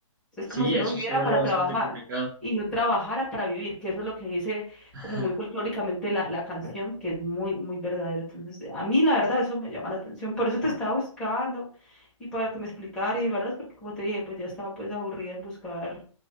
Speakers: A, in the centre; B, on the right (about 35°).
A: Es
B: Sí,
A: como si uno
B: eso
A: viviera
B: se vuelve
A: para
B: bastante
A: trabajar
B: complicado.
A: y no trabajara para vivir, que eso es lo que dice
B: <laughs>
A: como muy folclóricamente la, la canción, que es muy, muy verdadero. Entonces, a mí la verdad eso me llama la atención. Por eso te estaba buscando y para que me explicara y ¿verdad? porque como te dije, pues ya estaba pues aburrida en buscar